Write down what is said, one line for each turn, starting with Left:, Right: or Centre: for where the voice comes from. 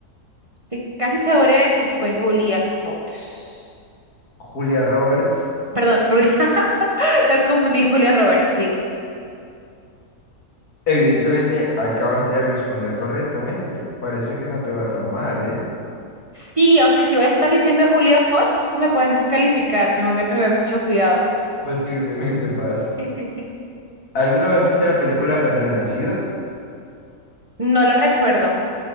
Right: estoy casi segura de que fue Julia Fox.
Left: Julia Roberts.
Right: Perdón, Julia, <laughs> te has confundido, Julia Roberts, sí.
Left: Evidentemente acabas de responder correctamente. Parece que no te va tan mal, ¿eh?
Right: Sí, aunque si voy a estar diciendo Julia Fox, me pueden descalificar. Tengo que tener mucho cuidado.
Left: Posiblemente Paz.
Right: <laughs>
Left: ¿Alguna vez viste la película El Renacido?
Right: No la recuerdo.